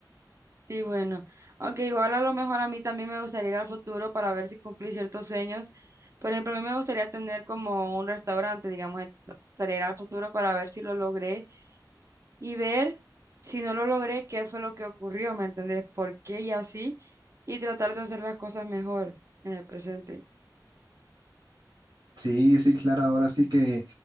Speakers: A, on the right; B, on the right.
A: Sí, bueno, aunque igual a lo mejor a mí también me gustaría ir al futuro para ver si cumplí ciertos sueños. Por ejemplo, a mí me gustaría tener como un restaurante, digamos, entonces me gustaría ir al futuro para ver si lo logré y ver si no lo logré, qué fue lo que ocurrió, ¿me entendés? ¿Por qué y así? Y tratar de hacer las cosas mejor en el presente.
B: Sí, sí, claro, ahora sí que